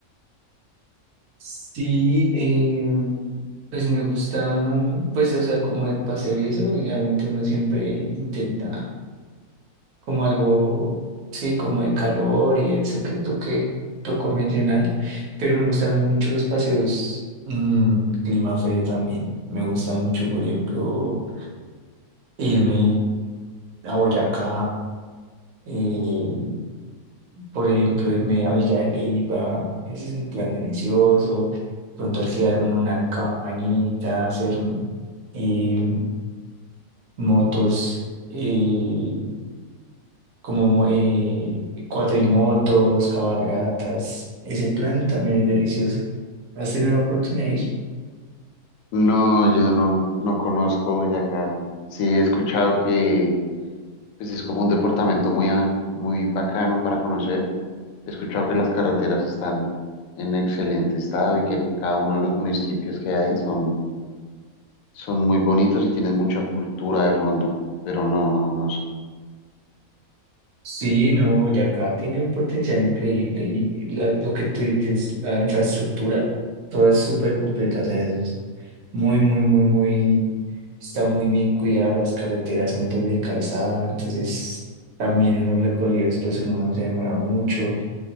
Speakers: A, on the right; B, on the left.
A: Sí, eh, pues me gusta, pues o sea, como el paseo y eso, obviamente uno siempre intenta como algo, sí, como de calor y eso, que es lo que, lo convencional, pero me gustan mucho los paseos, mm, clima frío también. Me gusta mucho, por ejemplo, irme a Boyacá, eh, por ejemplo, irme a Villa de Leyva, ese es un plan delicioso. Pronto alquilar uno una cabañita, hacer eh, motos. eh, como mo- eh, cuatrimotos, cabalgatas. Ese plan también es delicioso. ¿Has tenido la oportunidad de ir?
B: No, yo no, no conozco Boyacá. Sí, he escuchado que pues, es como un departamento muy, a- muy bacano para conocer. He escuchado que las carreteras están en excelente estado y que cada uno de los municipios que hay son Son muy bonitos y tienen mucha cultura de fondo, pero no, no conozco.
A: Sí, no, Boyacá tiene un potencial increíble y la- lo que tú dices, la infraestructura, todo es súper completa, o sea, es muy, muy, muy, muy, está muy bien cuidada, las carreteras son doble calzada, entonces también en los recorridos pues uno no se demora mucho.